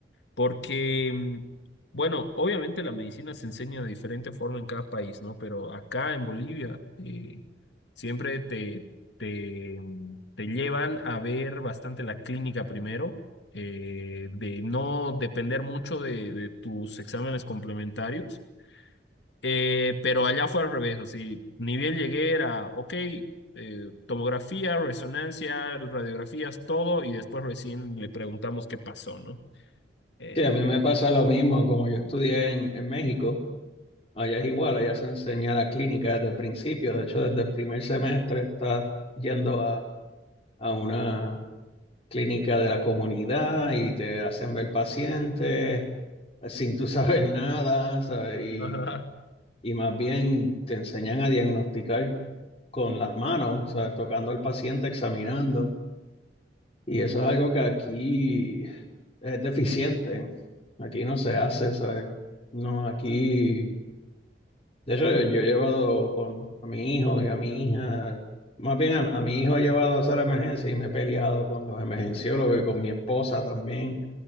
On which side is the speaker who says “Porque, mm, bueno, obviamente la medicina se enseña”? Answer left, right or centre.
Left